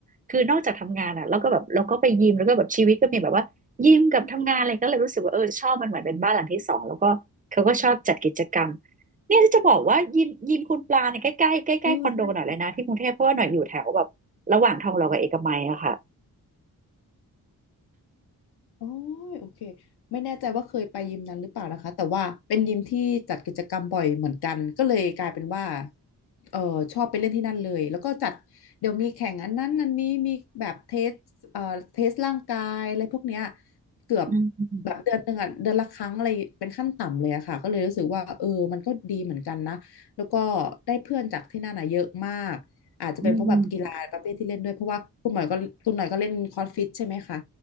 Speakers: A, on the right (about 25°); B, on the left (about 80°).
A: คือนอกจากทำงานอะเราก็แบบเราก็ไปยิมแล้วก็แบบชีวิตก็มีแบบว่ายิมกับทำงานอะไรก็เลยรู้สึกว่าเออชอบมันเหมือนเป็นบ้านหลังที่สองแล้วก็เขาก็ชอบจัดกิจกรรมเนี่ยจะบอกว่ายิมยิมคุณปลาเนี่ยใกล้ใกล้ใกล้ใกล้ๆคอนโดหน่อยเลยนะที่กรุงเทพเพราะว่าหน่อยอยู่แถวแบบระหว่างทองหล่อกับเอกมัยอะค่ะ
B: เออใช่ โอ้ยโอเคไม่แน่ใจว่าเคยไปยิมนั้นหรือเปล่านะคะแต่ว่าเป็นยิมที่จัดกิจกรรมบ่อยเหมือนกันก็เลยกลายเป็นว่าเออชอบไปเล่นที่นั่นเลยแล้วก็จัดเดี๋ยวมีแข่งอันนั้นอันนี้มีแบบเทสเอ่อเทสร่างกายอะไรพวกเนี้ยเกือบ
A: อืม
B: แบบเดือนหนึ่งอ่ะเดือนละครั้งอะไรเป็นขั้นต่ำเลยอะค่ะก็เลยรู้สึกว่าเออมันก็ดีเหมือนกันนะแล้วก็ได้เพื่อนจากที่นั่นอ่ะเยอะมากอาจจะเป็นเพราะแบบกีฬาประเภทที่เล่นด้วยเพราะว่าคุณหน่อยก็คุณหน่อยก็เล่นคอร์สฟิตใช่ไหมคะ
A: อืม